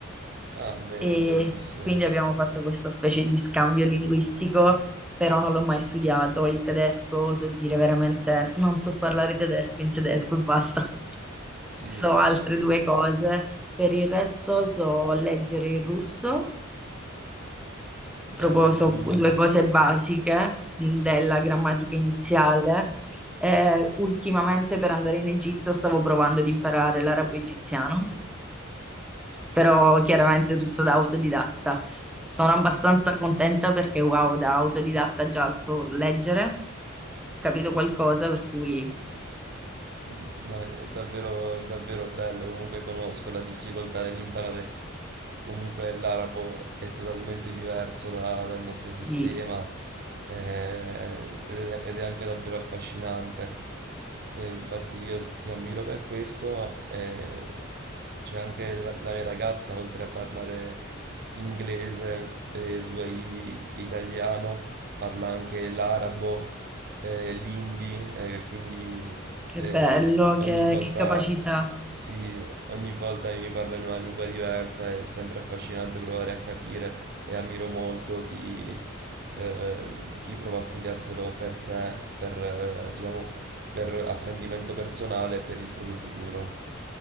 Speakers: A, on the right (about 50°); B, in the centre.
A: Ah, bene,
B: e
A: bellissimo.
B: quindi abbiamo fatto questa specie di scambio linguistico, però non l'ho mai studiato il tedesco, so dire veramente, non so parlare tedesco in tedesco e basta, <laughs>
A: Sì,
B: so altre due cose, per il resto so leggere il russo, proprio
A: beh,
B: so
A: mm,
B: due cose basiche mh, della grammatica iniziale. Eh, ultimamente per andare in Egitto stavo provando ad imparare l'arabo egiziano però chiaramente tutto da autodidatta. Sono abbastanza contenta perché wow, da autodidatta già so leggere, ho capito qualcosa, per cui
A: Mm, No, è è davvero, davvero bello, comunque conosco la difficoltà dell'imparare, comunque l'arabo è totalmente diverso da- dal nostro sistema
B: sì,
A: eh, ed è, ed è anche davvero affascinante. Eh, infatti io ti ammiro per questo, eh, c'è anche la, la mia ragazza, oltre a parlare inglese, eh, swahili, italiano, parla anche l'arabo eh, l'indi, eh, quindi
B: che
A: e
B: bello,
A: ogni
B: che,
A: volta,
B: che capacità.
A: si, ogni volta mi parla in una lingua diversa, è sempre affascinante provare a capire e ammiro molto chi, ehm, chi prova a studiarselo per sé, per, eh, diciamo, per apprendimento personale e per il proprio futuro.